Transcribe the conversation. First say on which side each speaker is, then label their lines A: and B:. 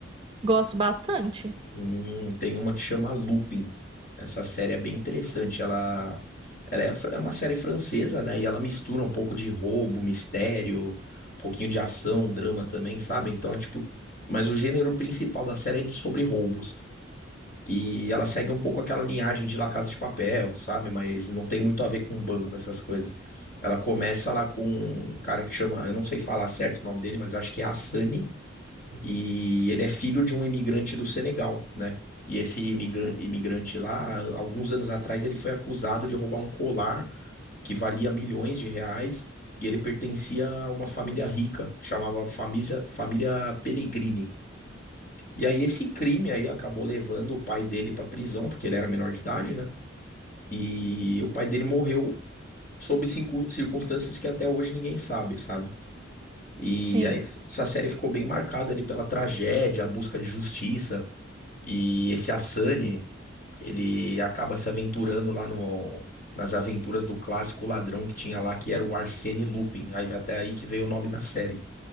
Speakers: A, on the right; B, on the left.
A: Gosto bastante.
B: Hum, tem uma que chama Lupin. Essa série é bem interessante. Ela, ela é, fr- é uma série francesa, né? E ela mistura um pouco de roubo, mistério, um pouquinho de ação, drama também, sabe? Então é tipo. Mas o gênero principal da série é de sobre roubos. E ela segue um pouco aquela linhagem de La Casa de Papel, sabe? Mas não tem muito a ver com banco, essas coisas. Ela começa lá com um cara que chama. Eu não sei falar certo o nome dele, mas acho que é Assani. E ele é filho de um imigrante do Senegal, né? E esse imigra- imigrante lá, alguns anos atrás, ele foi acusado de roubar um colar que valia milhões de reais. E ele pertencia a uma família rica, que chamava Família, Família Pellegrini. E aí esse crime aí acabou levando o pai dele para prisão, porque ele era menor de idade, né? E o pai dele morreu sob cincu- circunstâncias que até hoje ninguém sabe, sabe? E
A: Sim.
B: aí essa série ficou bem marcada ali pela tragédia, a busca de justiça, E esse Asani, ele acaba se aventurando lá no, nas aventuras do clássico ladrão que tinha lá, que era o Arsène Lupin. Aí até aí que veio o nome da série.